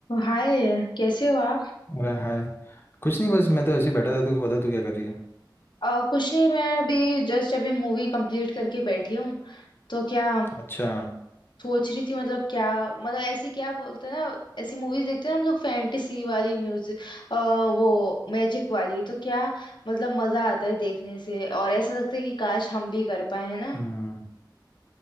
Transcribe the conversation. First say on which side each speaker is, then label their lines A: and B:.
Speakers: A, on the left; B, on the left.
A: हाय कैसे हो आप
B: अरे हाय कुछ नहीं बस मैं तो ऐसे ही बैठा था तू बता तू क्या कर रही है
A: आ, कुछ नहीं मैं अभी जस्ट अभी मूवी कंप्लीट करके बैठी हूँ तो क्या
B: अच्छा
A: सोच रही थी मतलब क्या मतलब ऐसी क्या बोलते हैं ना ऐसी मूवीज देखते हैं हम लोग फैंटेसी वाली म्यूजिक वो मैजिक वाली तो क्या मतलब मजा आता है देखने से और ऐसा लगता है कि काश हम भी कर पाए है ना
B: हम्म